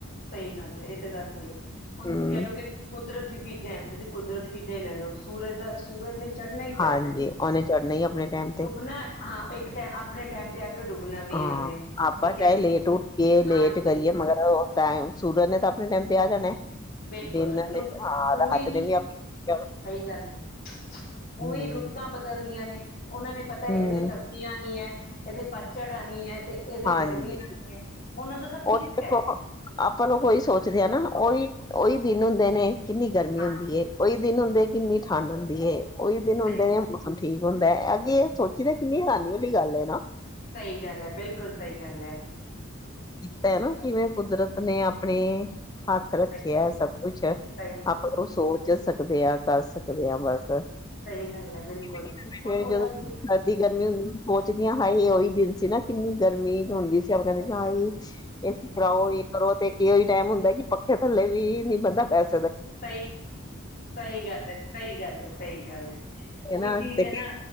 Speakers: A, on the left (about 40°); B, on the left (about 15°).
A: ਸਹੀ ਗੱਲ ਹੈ ਇਹ ਤੇ ਗੱਲ ਸਹੀ ਹੈ, ਹੁਣ
B: ਹੂੰ
A: ਕਹਿ ਲਓ ਕਿ ਕੁਦਰਤ ਦੀ ਚੀਜ਼ਾਂ ਐ ਤੁਸੀਂ ਕੁਦਰਤੀ ਚੀਜ਼ਾਂ ਹੀ ਲੈ ਲਓ ਸੂਰਜ ਦਾ ਸੂਰਜ ਨੇ ਚੜ੍ਹਨਾ ਹੀ ਚੜ੍ਹਨਾ,
B: ਹਾਂਜੀ ਉਹਨੇ ਚੜਨਾ ਹੀ ਆਪਣੇ ਟਾਈਮ
A: ਡੁਬਣਾ
B: ਤੇ
A: ਹਾਂ ਇੱਕ ਟੈਮ ਆਪ ਆਪਣੇ ਟੈਮ ਤੇ ਆ ਕੇ ਡੁੱਬਣਾ ਵੀ
B: ਹਾਂ
A: ਹੈ ਉਹਨੇ
B: ਆਪਾਂ
A: ਠੀਕ ਹੈ
B: ਚਾਹੇ ਲੇਟ ਉੱਠਏ ਲੇਟ
A: ਹਾਂਜੀ
B: ਕਰੀਏ ਮਗਰ ਓ ਟੈਮ ਸੂਰਜ ਨੇ ਤਾਂ ਆਪਣੇ ਟੈਮ ਤੇ ਆ ਜਾਣਾ।
A: ਬਿਲਕੁਲ
B: ਦਿਨ ਨੇ
A: ਰੁਤ
B: ਹਾਂ
A: ਉਵੇਂ
B: ਰਾਤ
A: ਹੀ
B: ਨੇ ਵੀ ਆਪਣੇ
A: ਸਹੀ ਗੱਲ ਹੈ,
B: ਹੂੰ
A: ਉਵੇਂ ਹੀ ਰੁੱਤਾਂ ਬਦਲਦੀਆਂ ਨੇ। ਉਹਨਾਂ ਨੇ ਪਤਾ
B: ਹੂੰ
A: ਇਹਦੋਂ ਹੀ ਸਰਦੀ ਆਣੀ ਹੈ, ਇਹਦੇ ਪਤਝੜ ਆਣੀ ਹੈ, ਤੇ ਇਹਦੋਂ
B: ਹਾਂਜੀ
A: ਹੀ ਗਰਮੀ ਆਣੀ ਹੈ। ਉਹਨਾਂ ਦਾ ਤਾਂ ਫਿਕਸ
B: ਉਹੀ ਦੇਖੋ,
A: ਹੈ
B: ਆਪਾਂ ਲੋਗ ਉਹੀ ਸੋਚਦੇ ਆ ਨਾ ਉਹੀ ਉਹੀ ਦਿਨ ਹੁੰਦੇ ਨੇ ਕਿੰਨੀ ਗਰਮੀ
A: ਹਾਂਜੀ
B: ਹੁੰਦੀ ਹੈ ਉਹੀ ਦਿਨ ਹੁੰਦੇ ਕਿੰਨੀ ਠੰਡ ਹੁੰਦੀ ਏ। ਉਹੀ ਦਿਨ ਹੁੰਦੇ
A: ਸਹੀ
B: ਨੇ
A: ਗੱਲ-
B: ਮੌਸਮ ਠੀਕ ਹੁੰਦਾ ਹੈ, ਅੱਗੇ ਇਹ ਸੋਚੀ ਦਾ ਕਿੰਨੀ ਹੈਰਾਨੀ ਵਾਲੀ ਗੱਲ ਹੈ, ਨਾ
A: ਸਹੀ ਗੱਲ ਹੈ ਬਿਲਕੁਲ ਸਹੀ ਗੱਲ ਹੈ।
B: ਭੈਣੇ ਕਿਵੇਂ ਕੁਦਰਤ ਨੇ ਆਪਣੇ ਹੱਥ
A: ਸਹੀ
B: ਰੱਖਿਆ
A: ਗੱਲ
B: ਸਭ ਕੁੱਛ,
A: ਸਹੀ ਗੱਲ
B: ਆਪਾਂ ਜੌ
A: ਹੈ
B: ਸੋਚ <unintelligible> ਕਰ ਸਕਦੇ ਹਾਂ ਵੈਸੇ
A: ਸਹੀ ਗੱਲ ਏ ਬਿਲਕੁਲ
B: <unintelligible>
A: ਹੁਣ ਉਹਨਾ
B: ਜਦੋਂ ਸਰਦੀ- ਗਰਮੀ ਹੁੰਦੀ ਪੋਚਦੀਆਂ ਹਾਏ ਉਹੀ ਦਿਨ ਸੀ ਨਾ ਕਿੰਨੀ ਗਰਮੀ ਹੁੰਦੀ ਸੀ ਆਪ ਕਹਿੰਦੇ ਸੀ ਹਾਏ ਇਹ ਪ੍ਰਾਓ ਕਰੋ ਇਹ ਤੇ ਕਿ ਉਹੀ ਟਾਈਮ ਹੁੰਦਾ ਕਿ ਪੱਖੇ ਥੱਲੇ ਵੀ ਬੰਦਾ ਪੈਸ ਸਕ
A: ਸਹੀ, ਸਹੀ ਗੱਲ ਹੈ। ਸਹੀ ਗੱਲ ਹੈ। ਸਹੀ ਗੱਲ ਹੈ। ਉਹੀ
B: ਹਨਾ
A: ਚੀਜ਼
B: ਤੇ
A: ਹੈ ਨਾ,